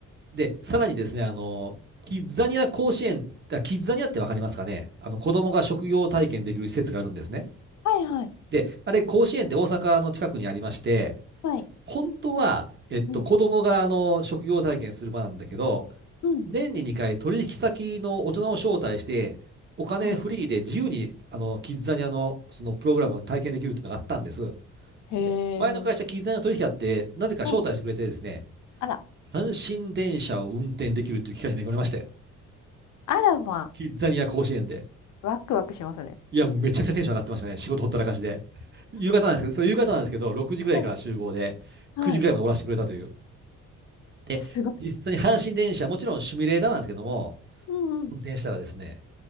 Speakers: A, on the right; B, on the left.
A: で、さらにですね、あの、キッザニア甲子園、キッザニアってわかりますかねあの、子供が職業体験できる施設があるんですね。
B: はいはい。
A: で、あれ、甲子園って大阪の近くにありまして、
B: はい。
A: 本当は、えっと、
B: うん
A: 子供があの、職業体験する場なんだけど、
B: うん
A: 年に2回取引先の大人を招待して、お金フリーで自由に、
B: うん
A: あの、キッザニアのそのプログラムを体験できるっていうのがあったんです。
B: へえ。
A: で、前の会社、キッザニアの取引あって、なぜか招待してくれてですね、
B: おあら、
A: 阪神電車を運転できるっていう機会に恵まれまして、
B: あらま
A: キッザニア甲子園で。
B: ワクワクしますね。
A: いや、もうめちゃくちゃテンション上がってましたね。仕事ほったらかしで。<laughs> 夕方なんですけど、そう夕方なんですけど、6時ぐらいから集合で、
B: うんはい。
A: 9時ぐらいまで終わらせてくれたという。で、
B: すごい。
A: 実際に阪神電車、もちろんシミュレーターなんですけども、
B: うんうん。
A: 運転したらですね、